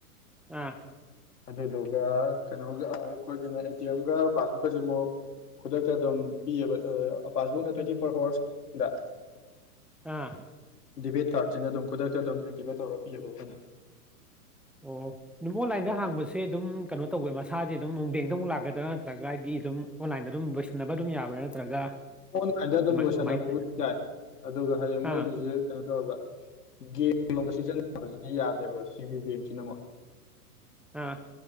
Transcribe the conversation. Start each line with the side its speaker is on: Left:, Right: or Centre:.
Centre: ꯑꯥ
Left: ꯑꯗꯨꯗꯨꯒ ꯀꯩꯅꯣꯒ ꯑꯩꯈꯣꯏꯒꯤꯅ ꯑꯦ ꯇꯤ ꯑꯦꯝꯒ ꯄꯥꯁꯕꯨꯛꯀꯁꯤ ꯑꯃꯨꯛ ꯈꯨꯗꯛꯇ ꯑꯗꯨꯝ ꯄꯤꯌꯦꯕꯥ ꯄꯥꯁꯕꯨꯛ ꯅ ꯇꯣꯏꯇꯤ <inaudible>
Centre: ꯑꯥ
Left: ꯗꯦꯕꯤꯠ ꯀꯥꯔꯠꯁꯤꯅ ꯑꯗꯨꯝ ꯈꯨꯗꯛꯇ ꯑꯗꯨꯝ ꯑꯦꯛꯇꯤꯚꯦꯠ ꯇꯧꯔꯄꯤꯌꯦꯕ ꯑꯩꯈꯣꯏꯅ
Centre: ꯑꯣ ꯑꯗꯨꯝ ꯑꯣꯟꯂꯥꯏꯟꯗ ꯍꯥꯡꯕꯁꯦ ꯑꯗꯨꯝ ꯀꯩꯅꯣ ꯇꯧꯕ ꯃꯁꯥꯁꯦ ꯑꯗꯨꯝ ꯕꯦꯡꯗ ꯑꯃꯨꯛ ꯂꯥꯛꯀꯗ꯭ꯔꯥ ꯅꯠꯇ꯭ꯔꯒ ꯍꯥꯏꯗꯤ ꯑꯗꯨꯝ ꯑꯣꯟꯂꯥꯏꯟꯗ ꯑꯗꯨꯝ ꯂꯣꯏꯁꯤꯟꯅꯕ ꯑꯗꯨꯝ ꯌꯥꯕ꯭ꯔꯥ ꯅꯠꯇ꯭ꯔꯒ
Left: ꯑꯣꯟꯂꯥꯏꯟꯗ ꯑꯗꯨꯝ
Centre: ꯑꯗꯨꯃꯥꯏ
Left: ꯂꯣꯏꯁꯟꯅꯕꯕꯨ
Centre: ꯀꯃꯥꯏꯅ
Left: ꯌꯥꯏ ꯑꯗꯨꯒ ꯍꯌꯦꯡ ꯃꯣꯏꯒꯤꯁꯤ
Centre: ꯑꯥ
Left: ꯀꯩꯅꯣ ꯇꯧꯒ ꯒꯦꯝ ꯒꯨꯝꯕ ꯁꯤꯖꯤꯟꯅ ꯁꯤ ꯌꯥꯗꯦꯕ ꯁꯤꯒꯤ ꯕꯦꯝꯁꯤꯅꯃꯨꯛ
Centre: ꯑꯥ